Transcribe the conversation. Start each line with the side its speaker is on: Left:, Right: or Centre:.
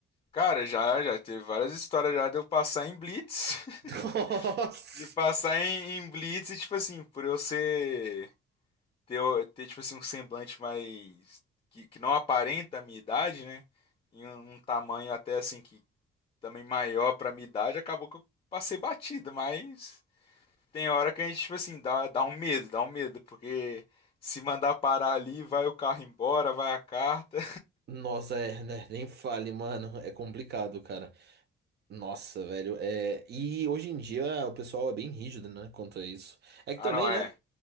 Left: Cara, já, já teve várias histórias já de eu passar em blitz,
Right: <laughs> Nossa!
Left: <laughs> de passar em, em blitz e tipo assim, por eu ser ter, o- ter tipo assim um semblante mais que, que não aparenta a minha idade, né? E um, um tamanho até assim que também maior pra minha idade, acabou que eu passei batido, mas tem hora que a gente tipo assim dá dá um medo, dá um medo, porque se mandar parar ali, vai o carro embora, vai a carta.
Right: Nossa, é, né? Nem fale, mano. É complicado, cara. Nossa, velho. É... E hoje em dia o pessoal é bem rígido, né? Quanto a isso. É que
Left: Ah,
Right: também,
Left: não, é.
Right: né?